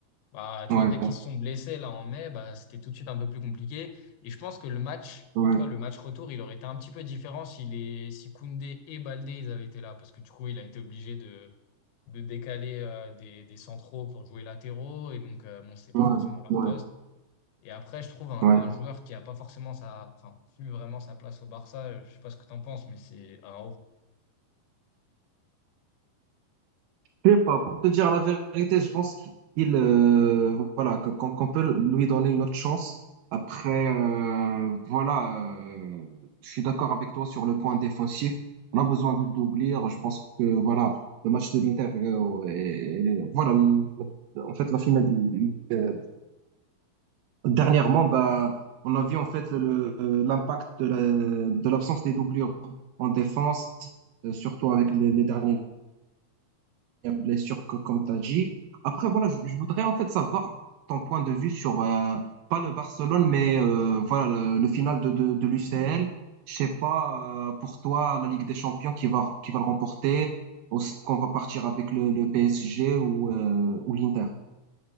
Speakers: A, on the left; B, on the right.
A: Bah, tu
B: Ouais,
A: vois, dès qu'ils se sont blessés là en mai, bah, c'était tout de suite un peu plus compliqué. Et je pense que le match,
B: ouais,
A: en tout cas le match retour, il aurait été un petit peu différent si, les, si Koundé et Baldé ils avaient été là. Parce que du coup, il a été obligé de, de décaler euh, des, des centraux pour jouer latéraux. Et donc, euh, bon, c'est pas
B: ouais,
A: forcément leur
B: ouais.
A: poste. Et après, je trouve un,
B: ouais.
A: un joueur qui n'a pas forcément sa, enfin, su vraiment sa place au Barça, euh, je sais pas ce que tu en penses, mais c'est un
B: Je sais pas, pour te dire la vérité, je pense qu'il euh, voilà que- qu'on qu'on peut lui donner une autre chance. Après, euh, voilà, euh, je suis d'accord avec toi sur le point défensif. On a besoin de d'ouvrir. Je pense que voilà, le match de l'Inter, euh, et- et- voilà, le- en fait la finale. euh, dernièrement, bah, on a vu en fait le- le- l'impact de la- de l'absence des doublures en défense, euh, surtout avec les, les derniers y a blessure que, comme tu as dit. Après, voilà, je, je voudrais en fait savoir ton point de vue sur, euh, pas le Barcelone, mais euh, voilà, le, le final de, de, de l'UCL. Je sais pas, euh, pour toi, la Ligue des Champions qui va, qui va le remporter, ou ce qu'on va partir avec le, le PSG ou, euh, ou l'Inter.